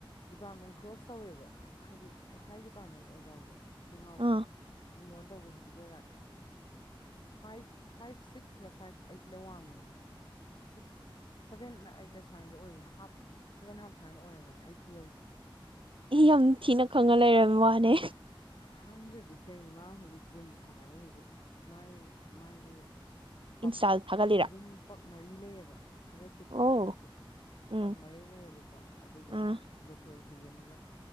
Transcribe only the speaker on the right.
ꯑꯥ
ꯑꯩ ꯌꯥꯝ ꯊꯤꯅ ꯈꯪꯉ ꯂꯩꯔꯝꯃꯤ ꯋꯥꯅꯦ
ꯏꯟꯁꯇꯥꯗ ꯊꯥꯒꯠꯂꯤꯔꯥ
ꯑꯣ
ꯎꯝ
ꯑꯥ